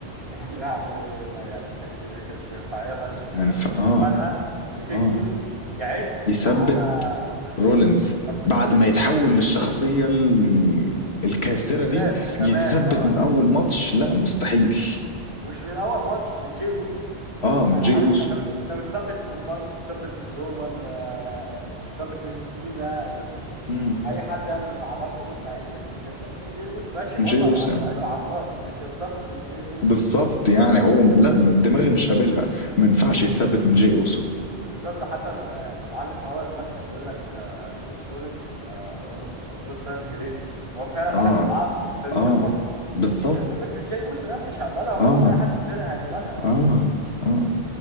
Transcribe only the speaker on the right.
يعني ما يعني ما كانش ما كانش واقعيه خالص يعني
انا ما كنتش
هقبلها ان جاي
اوزو يعد
على سيس
رولينز ساب
رولينز
ده
بالذات
كمان
اه
مش من اول ماتش من جي اوسو
يعني
عارف
انت لو تس- لو تثبت من بانك تثبت من رومان آه، تثبت من سينا تثبت
اي حد يعني من العمالقه دول ماشي لكن مش هيتثبت من جي اوسو ماشي بطل
على
العين وعلى الراس بس مش هيتثبت من جي اوسو
بالظبط
بالظبط حتى ال- يعني المعلق في اول الماتش كان بيقول لك آه، سيس رولينز وان اوف اول تايم جريتس هو فعلا
واحد من الاعظم في التاريخ
اصلا
مش هيتثبت من جي اوسو يعني مش هقبلها ومفيش
اي حد في الدنيا هيقبلها يعني